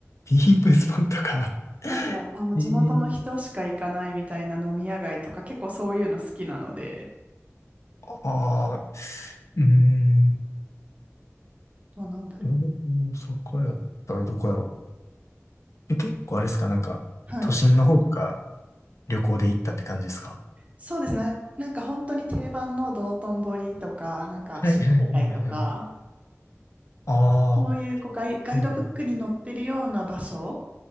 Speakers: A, on the left; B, on the right.
A: ディープスポットか。<laughs>
B: なんか、あの、地元の人しか行かないみたいな飲み屋街とか、
A: ええ
B: 結構そういうの好きなので、
A: ああ、うーん。
B: どうなんだろ
A: お阪そこやったらどこやろう。え、結構あれですか、なんか、
B: う。はい。
A: 都心の方とか旅行で行ったって感じですか
B: そうですね。なんか本当に定番の道頓堀とか、なんか新世界とか、
A: はいはいはいはい。ああ
B: そういう、こうガイ、ガイドブックに載ってるような場所
A: ーうん。ー、